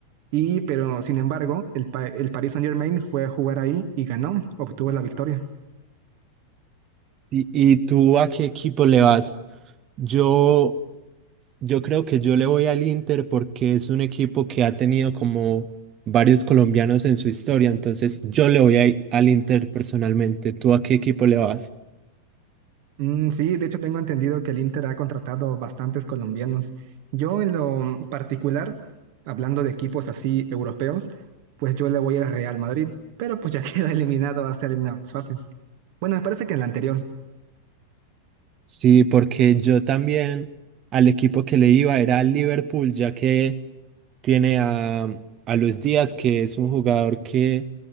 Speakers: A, on the right; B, on the right.
A: Y, pero sin embargo, el, Pa- el Paris Saint-Germain fue a jugar ahí y ganó, obtuvo la victoria.
B: ¿Y, y tú a qué equipo le vas? Yo yo creo que yo le voy al Inter porque es un equipo que ha tenido como varios colombianos en su historia, entonces yo le voy a- al Inter personalmente. ¿Tú a qué equipo le vas?
A: Mm, sí, de hecho tengo entendido que el Inter ha contratado bastantes colombianos. Yo en lo particular, hablando de equipos así europeos, pues yo le voy al Real Madrid, pero pues ya <laughs> queda eliminado hace algunas fases. Bueno, me parece que en la anterior.
B: Sí, porque yo también al equipo que le iba era al Liverpool, ya que tiene a, a Luis Díaz, que es un jugador que